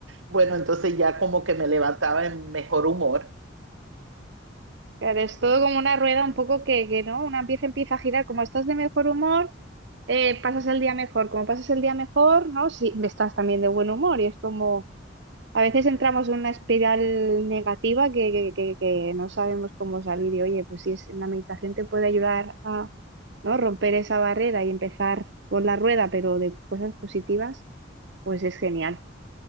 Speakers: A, on the right (about 80°); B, on the right (about 60°).
A: bueno, entonces ya como que me levantaba en mejor humor.
B: claro, es todo como una rueda un poco que, que ¿no? Una pieza empieza a girar, como estás de mejor humor, eh, pasas el día mejor, como pasas el día mejor, ¿no? Sí, estás también de buen humor y es como... A veces entramos en una espiral negativa que, que- que- que no sabemos cómo salir y oye, pues si es, la meditación te puede ayudar a ¿no? romper esa barrera y empezar con la rueda, pero de cosas positivas, pues es genial.